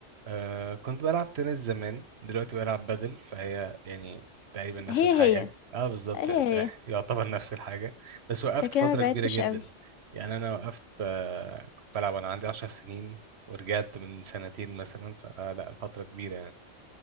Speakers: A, on the right (about 60°); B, on the left (about 90°).
A: أه كنت بلعب تنس زمان دلوقتي بلعب بدل فهي يعني تقريبا نفس
B: هي
A: الحاجة
B: هي
A: اه بالظبط
B: هي
A: يعني انت <laughs>
B: هي
A: يعتبر نفس الحاجة بس وقفت
B: انت كده
A: فترة
B: ما بعدتش
A: كبيرة جدا
B: قوي
A: يعني انا وقفت أه كنت بلعب وانا عندي عشر سنين ورجعت من سنتين مثلا فلا فترة كبيرة يعني